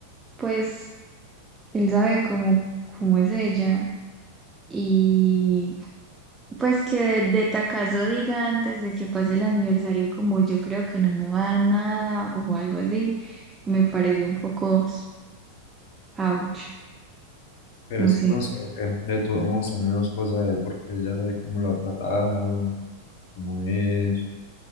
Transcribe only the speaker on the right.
pues. Él sabe cómo, cómo es ella. Y pues que de, de tacazo diga antes de que pase el aniversario, como yo creo que no me va a dar nada o algo así, me parece un poco ouch,
no
sé.